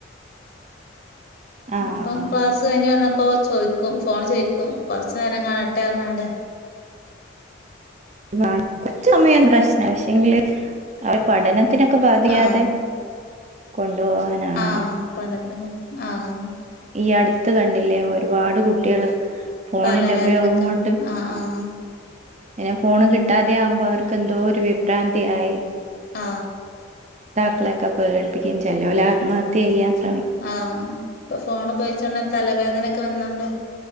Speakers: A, on the right; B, on the left.
A: ആഹ്
B: ഇപ്പം ക്ലാസ്സ് കഴിഞ്ഞ് വന്നപ്പോ ചോ ചോയ്ക്കും ഫോൺ ചോയ്ക്കും കൊറച്ച് ന്നേരം കാണട്ടെ പറഞ്ഞോണ്ട്
A: ന്നാൽ കൊർച്ച് സമയം പ്രശ്ന പക്ഷെങ്കില് അവര് പഠനത്തിനൊക്കെ ബാധിയാതെ
B: ആഹ്
A: കൊൺ ണ്ടോവാനാവണം
B: ആഹ് പഠനത്തിന് പോ ആഹ്
A: ഈ അട്ത്ത് കണ്ടില്ലേ ഒര്പാട് കുട്ടിയാൾ ഫോണിന്റെ
B: തലവേദനൊക്കെ
A: ഉപയോഗം കൊണ്ട്
B: ആഹ് ആഹ്
A: എനി ആ ഫോണ് കിട്ടാതെ ആവുമ്പോ അവർക്ക് എന്തോ ഒരു വിഭ്രാന്തിയായി
B: ആ
A: മക്കളെ ഒക്കെ പേട്പ്പിക്കും ചെലോല് ആത്മഹത്യ എയ്യാൻ സ്
B: ആ ഇപ്പം ഫോണ് ഉപയോഗിചാണ് തലവേദനൊക്ക വന്നാണ്ട്